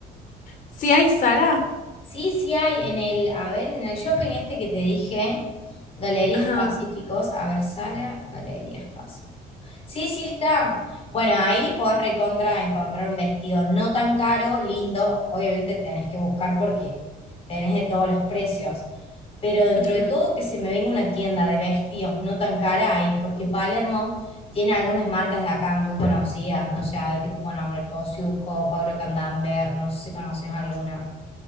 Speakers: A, on the left (about 55°); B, on the left (about 35°).
A: sí hay Sara.
B: Sí, sí hay en el, a ver, en el shopping este que te dije, Galerías
A: Ajá,
B: Pacíficos, a ver, Sara, Galerías Pacíficos. Sí, sí está. Bueno, ahí podés recontra encontrar un vestido no tan caro, lindo. Obviamente tenés que buscar porque tenés de todos los precios. Pero dentro
A: ujú,
B: de todo que se me venga una tienda de vestidos no tan cara ahí, porque Palermo tiene algunas marcas de acá muy conocidas. No sé, a ver qué te puedo nombrar, Cosiuco, Paula Candamber, no sé si conoces alguna